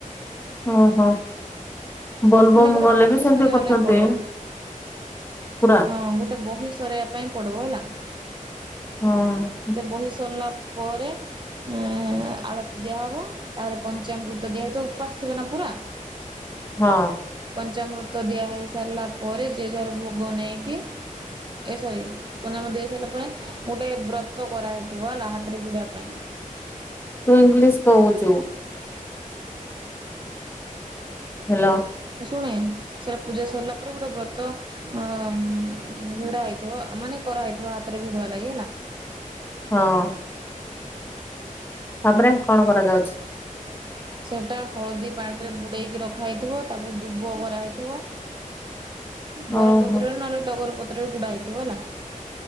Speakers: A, on the left; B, on the right.
A: ଓହୋ ବୋଲବମ୍
B: ମାନେ ଗୋଟେ
A: ଗଲେ
B: ବହି
A: ବି ସେମିତି
B: ସରେଇବା
A: କରୁଚନ୍ତି।
B: ଲାଗି ପଡିବ
A: ପୁରା।
B: ହଁ ଗୋଟେ ବହି ସରେଇବା ପାଇଁ ପଡିବ ହେଲା।
A: ହଁ।
B: ବହି ସରିଲା ପରେ ଅଁ-ଆଳତି ଦିଆ ହବ ତାପରେ ପଞ୍ଚାମୃତ ଦିଆ ହେଇଥିବ ଉପାସ ଥିବେ ନା ପୁରା।
A: ହଁ।
B: ପଞ୍ଚାମୃତ ଦିଆ ହେଇ ସାରିଲା ପରେ ଯିଏ ଯାର ଭୋଗ ନେଇକି ଏ ସରି ପଞ୍ଚାମୃତ ଦେଇ ସାରିଲା ପରେ ଗୋଟେ ବ୍ରତ୍ ତ କରାହେଇଥିବ ହେଲା ହାତରେ ଗୁଡେଇବା ପାଇଁ।
A: ତୁ ଇଂଲିଶ କହୁଚୁ। ହାଲୋ।
B: ହଁ- ଶୁଣେ ସେଟା ପୂଜା ସରିଲା ପରେ ଗୋଟେ ବ୍ରତ ହଁ ଭିଡା ହେଇଥିବ ମାନେ କରା ହେଇଥିବ ହାତରେ ଭିଡିଓ ଲାଗି ହେଲା।
A: ହଁ। ତାପରେ କଣ କରାଯାଉଛି?
B: ସେଟା ହଳଦୀ ପାଣି ରେ ବୁଡେଇକି ରଖା ହେଇଥିବ, ତାପରେ ଦୁବ କରାହେଇଥିବ। ବରପତ୍ରରେ
A: ଓହୋ
B: ନହେଲେ ଡଗର ପତ୍ରରେ ଗୁଡା ହେଇଥିବ ହେଲା,